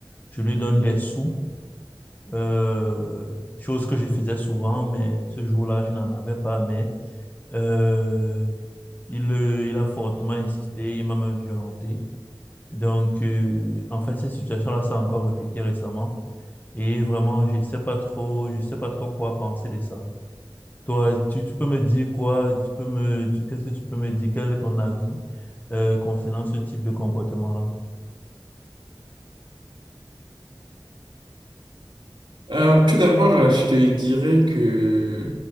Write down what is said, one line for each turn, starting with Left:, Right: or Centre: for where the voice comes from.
Left: je lui donne des sous, euh, chose que je faisais souvent, mais ce jour-là, je n'en avais pas, mais euh, il, euh, il a fortement insisté, il m'a même violenté. Donc, euh, en fait, cette situation-là s'est encore répétée récemment. Et vraiment, je sais pas trop, je sais pas trop quoi penser de ça. Toi, tu, tu peux me dire quoi? Tu peux me, tu- qu'est-ce que tu peux me dire? Quel est ton avis euh, concernant ce type de comportement-là?
Right: Euh, tout d'abord, euh, je te dirais que,